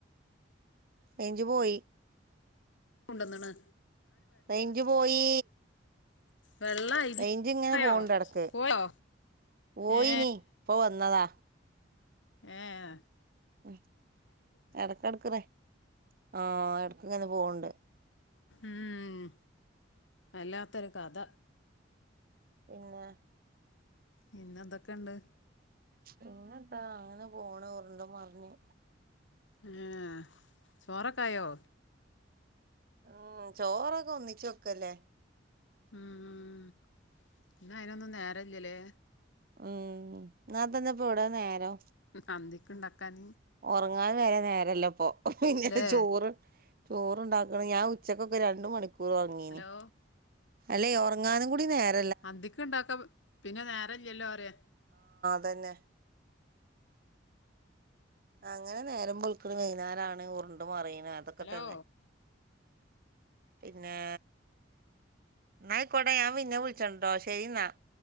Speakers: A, on the right (about 50°); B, on the left (about 80°).
A: റേഞ്ച് പോയി.
B: കൊണ്ടന്നാണ്.
A: റേഞ്ച് പോയി.
B: വെള്ള അരി
A: റേഞ്ച് ഇങ്ങനെ
B: പോയോ
A: പോണ്ടടെടക്ക്
B: പോയോ
A: പോയിനി
B: ഏ
A: ഇപ്പൊ വന്നതാ.
B: ആഹ്
A: ഉ എടക്കടക്ക് ആഹ് എടക്ക്ങ്ങനെ പോണ്ട്.
B: ഉ അല്ലാത്തൊരു കഥ.
A: പിന്നെ
B: പിന്നെ എന്തൊക്കെ ഇണ്ട്.
A: പിന്നന്താ അങ്ങനെ പോണ്. ഉറുണ്ട് മറിഞ്.
B: ആഹാ ചോറൊക്കെ ആയോ?
A: ഉം ചോറൊക്കെ ഒന്നിച്ച് വെക്കല്ലേ
B: ഉം പിന്ന അയിനൊന്നും നേരല്ലല്ലേ
A: ഉം നാ തന്നെപ്പോ എവിടെ നേരോ
B: അന്തിക്ക് ഉണ്ടാക്കാൻ
A: ഉറങ്ങാൻ വരെ നേരല്ലപ്പൊ പിന്നെ
B: അല്ലേ
A: ചോറ് ചോറുണ്ടാക്കണ ഞാൻ ഉച്ചക്കൊക്കെ രണ്ട് മണിക്കൂർ ഒറങ്ങീന്
B: ഹലോ
A: അല്ലെ ഉറങ്ങാനും കൂടി നേര
B: അന്തിക്ക് ഇണ്ടാക്ക പിന്നെ നേരല്ലല്ലോ പറയാ
A: തന്ന അങ്ങനെ നേരം വേളുക്കണ വൈന്നാരാണ് ഉറിണ്ട് മറിയണ് അതൊക്കെ
B: ഹലോ
A: തന്നെ പിന്നെ ന്നാ ആയിക്കോട്ടെ ഞ പിന്നെ വിളിക്കേണ്ട് ശരിന്നാ മം